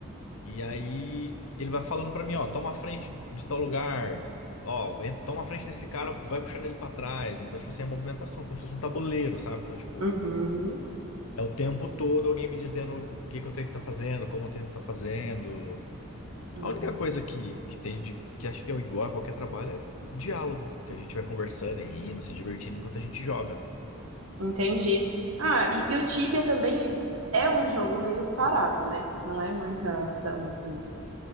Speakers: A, on the left; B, on the right.
A: E aí ele vai falando pra mim, ó, toma a frente de tal lugar. Ó, en- toma a frente desse cara, vai puxando ele pra trás. Então, tipo assim, é movimentação, como se fosse um tabuleiro, sabe? Então, tipo,
B: Uhum.
A: é o tempo todo alguém me dizendo o que que eu tenho que estar fazendo, como eu tenho que estar fazendo.
B: uhum.
A: A única coisa que, que tem de, que acho que é igual a qualquer trabalho é diálogo, que a gente vai conversando e rindo, se divertindo enquanto a gente joga.
B: Entendi. Ah, e, e o Tibia também é um jogo meio parado, né? Não é muita ação, assim.